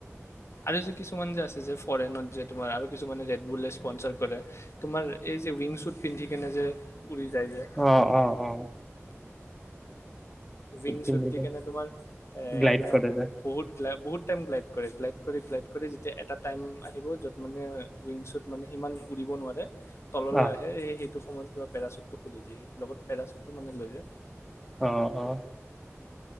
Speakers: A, on the left; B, in the centre.
A: আৰু যে কিছুমান যে আছে যে ফৰেনত যে তোমাৰ কিছু ৰেডবুল স্পনাৰ কৰে তোমাৰ এই যে উইং শ্বুট পিন্ধি কেনে যে উৰি যায় যে
B: অ', অ', অ'।
A: উইং
B: পিন্ধিব
A: শ্বুট দি কেনে তোমাৰ এ
B: গ্লাইড
A: এনে
B: কৰে যে
A: বহুত, বহুত টাইম গ্লাইড কৰে, গ্লাইড কৰে গ্লাইড কৰে যেতিয়া এটা টাইম আহিব য'ত মানে উইংচত মানে ইমান উৰিব নোৱাৰে তললৈ
B: অ',
A: আহে এ সেই সেইটোসময়ত কিবা পেৰাুটটো খুুলি দিয়ে লগত পেৰাচুটটো মানে লৈ যায়।
B: অ', অ'।